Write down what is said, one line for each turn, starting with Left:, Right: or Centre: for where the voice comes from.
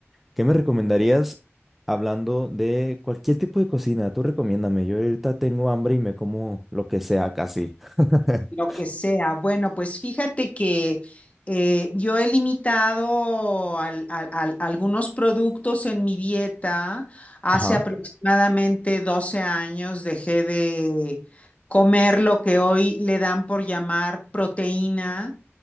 Centre: ¿Qué me recomendarías hablando de cualquier tipo de cocina? Tú recomiéndame, yo ahorita tengo hambre y me como lo que sea casi. <laughs>
Left: Lo que sea. Bueno, pues fíjate que eh, yo he limitado al- al- al- algunos productos en mi dieta. Hace
Centre: Ajá,
Left: aproximadamente 12 años dejé de comer lo que hoy le dan por llamar proteína.